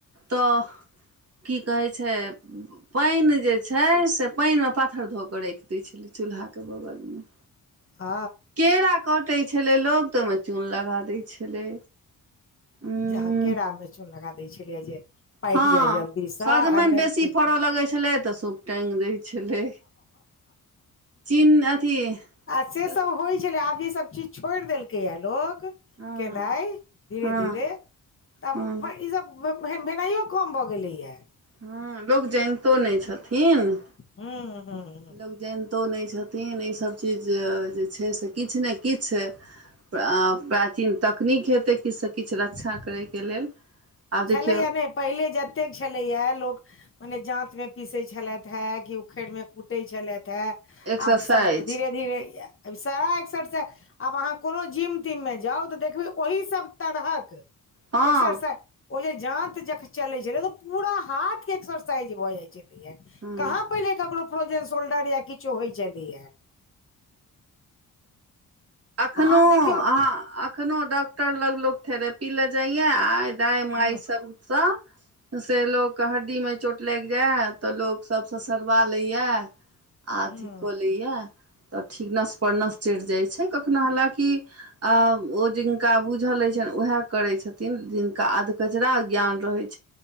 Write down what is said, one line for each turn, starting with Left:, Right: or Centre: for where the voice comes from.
Right: तऽ की कहै छैय पानि जे छैय से पानिमे पाथर धऽ कऽ राखि दैत छलै चूल्हाके बगलमे‌।
Left: हँ।
Right: केरा कटै छलै लोक तऽ ओहिमे चून लगा दै छलै। उं
Left: जे केरा मे चून लगा दै छलियै जे। पाकि
Right: हँ
Left: जाय जल्दीसँ
Right: सजमनि
Left: आ नहि
Right: बेसी फड़ऽ लगैत छलै तऽ सुप टैंग दय छेलै चीन अथी
Left: आ से
Right: कथी
Left: सब होय छेलै आब ईसब चीज छोड़ देलकैए या लोक
Right: हँ
Left: केनाय धीरे
Right: हँ
Left: -धीरे तब
Right: हँ
Left: इ सब भेन-भेनाइयो कम भऽ गेलैया।
Right: हँ लोक जनितो नैय छथिन।
Left: हूँ- हूँ।
Right: लोक जैनतो नैय छथिन इसब चीज जे छैय से किछु ने किछु प्राचीन तकनीक हेतै किछ स किछ रक्षा करै के लेल। आब
Left: छलैया
Right: देखियौ
Left: ने पहिले जतेक छेलैया लोक मने जांत में पीसय छेलाथ हे कि उखड़ में कुटेै छेलैथ हे
Right: एक्सरसाइज
Left: आब सब धीरे धीरे सारा एक्सरसाइजसँ आब आहाँ कोनो जिम तिम मे जाउ तऽ देखबै ओही सब तरहक
Right: हँ
Left: एक्सरसाइज ओ जे जांत जखन चलेै छेलै पूरा हाथ के एक्सरसाइज भऽ जाय छै छेलैया
Right: हँ
Left: कहाँ पहिले ककरो फ्रोजन शोल्डर या किछो होयत छेलै या।
Right: अखनो
Left: आब देखियौ
Right: आहाँ अखनो डॉक्टर लग लोक थेरपी ले जाय या आ दाय -माय
Left: हूँ
Right: सब स से लोकके हड्डीमे चोट लैग जाय तऽ लोक सब ससरवा लैए या आ अथी
Left: हूँ
Right: कऽ लै या तऽ ठीक नस -परनस चैढ़ जाय छै कखनो हलाँकि अ ओ जिनका बुझल होय छैन उएह करैत छथिन जिनका अधकचरा ज्ञान रहैत